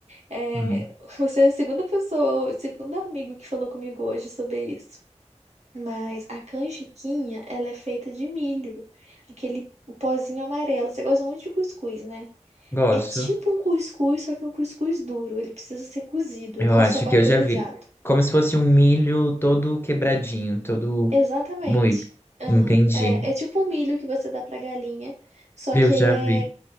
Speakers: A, on the right; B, on the left.
A: É,
B: Hum,
A: você é a segunda pessoa, o segundo amigo que falou comigo hoje sobre isso. Mas a canjiquinha, ela é feita de milho, aquele pozinho amarelo. Você gosta muito de cuscuz, né?
B: gosto.
A: É tipo um cuscuz, só que um cuscuz duro. Ele precisa ser cozido,
B: Eu
A: não
B: acho
A: só vaporizado.
B: que eu já vi. Como se fosse um milho todo quebradinho, todo
A: Exatamente.
B: moído.
A: Aham.
B: Entendi.
A: É, é tipo um milho que você dá pra galinha, só
B: Eu
A: que
B: já
A: ele é
B: vi,